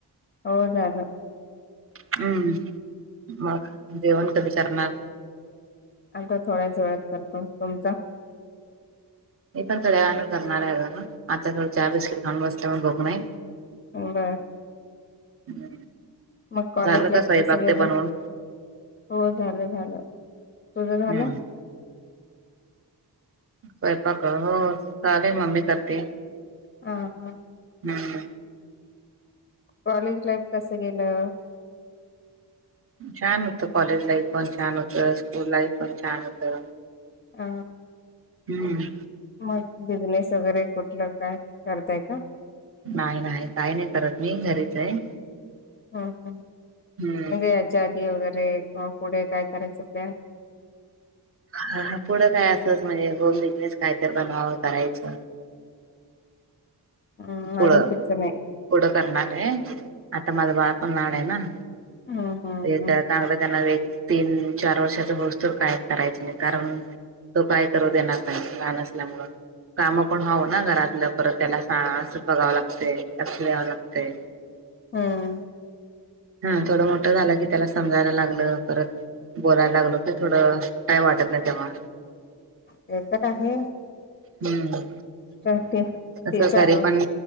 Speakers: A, on the left; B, on the right.
A: हो झाल.
B: हम्म मग जेवण कधी करणार?
A: आता थोड्याच वेळात करतो. तुमचा?
B: मी पण थोड्या वेळान करणाराय आजुन आत्ता थोड चहा बिस्किट खाऊ बसल्यामुळ भूक नाय.
A: बर.
B: <inaudible>
A: मग कॉलेज
B: झालं
A: लाईफ
B: का स्वयंपाक
A: कस गेलं
B: ते बनवून
A: हो झालं झालं तुझं झालं?
B: हम्म स्वयंपाक हो चाले मम्मी करते.
A: हा हा.
B: हम्म.
A: कॉलेज लाईफ कसं गेलं?
B: छान हुतं कॉलेज लाईफ पण छान हुतं स्कूल लाईफ पण छान होत.
A: अ
B: हम्म.
A: मग बिझनेस वगैरे कुठलं काय करताय का?
B: नाय नाय काय नाय करत मी घरीच हाय.
A: हा पण म्हणजे
B: हम्म
A: याच्या आदी वगैरे किंवा पुढे काय करायचं प्लॅन?
B: हा म पुढं काय असंच म्हणजे होम बिझनेस काय तर बनवावं करायचं.
A: हम्
B: पुढं
A: अजून फिक्स नाय?
B: पुढं करणार आय आता माझ बाळ पण लहान आय ना.
A: हा जाऊदे.
B: ते चांगलं त्यांना एक तीन चार वर्षाच होस तोर काय करायचं नाय कारण तो काय करू देणार नाही लहान असल्या मूळ काम पण हवं ना घरातलं परत त्याला सास बघावं लागतय. <inaudible> लागतय.
A: हम्म
B: हा थोडं मोठं झालं की त्याला समजायला लागलं परत बोलायला लागलो की थोडं काय वाटत नाही तेव्हा
A: ते तर आहे
B: हम्म
A: तर ते
B: तं
A: ते चार
B: घरी
A: व
B: पण